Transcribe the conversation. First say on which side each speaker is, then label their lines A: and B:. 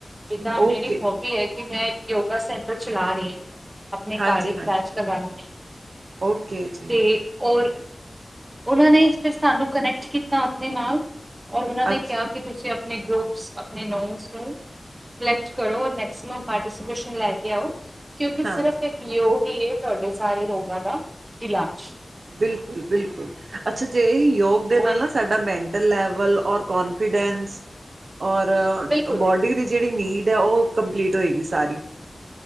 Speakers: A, on the right; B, on the right.
A: ਜਿੱਦਾਂ
B: ਓਕੇ
A: ਮੇਰੀ ਹੋਬੀ ਏ ਕਿ ਮੈਂ ਯੋਗਾ ਸੈਂਟਰ ਚਲਾ ਰੀ। ਆਪਣੇ
B: ਹਾਂਜੀ
A: ਘਰ ਇੱਕ
B: ਹਾਂਜੀ
A: ਪ੍ਰੈਸ ਲਗਾਨੀ
B: ਓਕੇ ਜੀ
A: ਤੇ ਔਰ,
B: ਠੀਕ ਹੈ
A: ਉਹਨਾਂ ਨੇ ਇਸ ਤੇ ਸਾਨੂੰ ਕਨੈਕਟ ਕੀਤਾ ਆਪਣੇ ਨਾਲ। ਔਰ, ਉਹਨਾਂ ਨੇ
B: ਅੱਛਾ
A: ਕਿਹਾ ਕਿ ਤੁਸੀਂ ਆਪਣੇ ਗਰੁੱਪ ਆਪਣੇ ਨੋਸ ਨੂੰ ਕਲੈਕਟ ਕਰੋ, ਔਰ ਮੈਕਸੀਮਮ ਪਾਰਟੀ ਸਪਿਸਨ ਲੈ ਕੇ ਆਓ। ਕਿਉਂਕਿ, ਸਿਰਫ
B: ਹਾਂਜੀ
A: ਇੱਕ ਯੋਗ ਈ ਏ, ਤੁਹਾਡੇ ਸਾਰੇ ਰੋਗਾਂ ਦਾ ਇਲਾਜ।
B: ਬਿਲਕੁਲ-ਬਿਲਕੁਲ ਅੱਛਾ ਜੇ ਯੋਗ ਦੇ
A: ਉਹ
B: ਨਾਲ
A: ਇੱਕ
B: ਨਾ ਸਾਡਾ ਮੈਂ ਟਲ ਲੈਵਲ ਔਰ ਕੋਨਫੀਡੈਂਸ, ਔਰ
A: ਬਿਲਕੁਲ
B: ਬਾਡੀ ਦੀ ਜਿਹੜੀ ਨੀਡ ਆ ਉਹ ਕੰਪਲੀਟ ਹੋਏਗੀ ਸਾਰੀ